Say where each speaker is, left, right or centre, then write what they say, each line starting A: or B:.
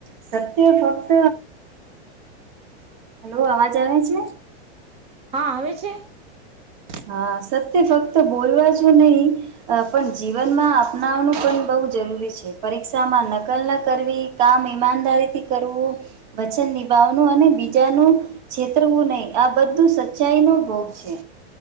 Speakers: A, on the right; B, on the right.
A: સત્ય ફક્ત હેલો અવાજ આવે છે?
B: હા આવે છે?
A: હા સત્ય ફક્ત બોલવા જો નહીં અ પન જીવનમાં અપનાવાનું પન બહુ જરૂરી છે. પરીક્ષામાં નકલ ન કરવી. કામ ઈમાનદારીથી કરવું, વચન નિભાવનું અને બીજાનું છેતરવું નહી, આ બધું સચ્ચાઈનો ભોગ છે.